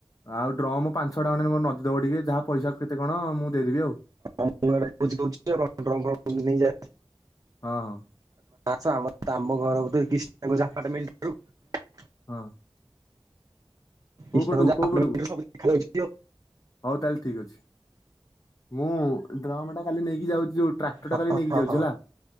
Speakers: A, on the left; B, on the right.
A: ଆଉ ଡ୍ରମ ପାଞ୍ଚ ଛ ଟଙ୍କ ନଦିଦବ ଟିକେ ଯାହା ପଇସା କେତେ କଣ ମୁଁ ଦେଇଦେବି ଆଉ।
B: ମୁଁ ଇଆଡେ ବୁଝି ଦଉଛି ଆପଣ ଡ୍ରମ୍ ଫ୍ରମ୍ ନେଇଯା
A: ହଁ! ହ।
B: ଛ ଆମର ଆମ ଘର <unintelligible>
A: ହଁ।
B: କ୍ରିଷ୍ଣାଗଞ୍ଜ
A: କୋଉ ପଟକୁ କୋଉ
B: ଆପାର୍ଟମେଣ୍ଟରୁ
A: ପଟକୁ
B: ସବୁ ଦେଖାଯାଉଛି
A: ହଉ ତାହେଲେ ଠିକ ଅଛି ମୁଁ ଡ୍ରମ୍ ତାକୁ କାଲି ନେଇକି ଯାଉଛି। ଟ୍ରାକ୍ଟର
B: ହ
A: ଟା କାଲି ନେଇକି ଯାଉଛି
B: ହଁ
A: ହେଲା।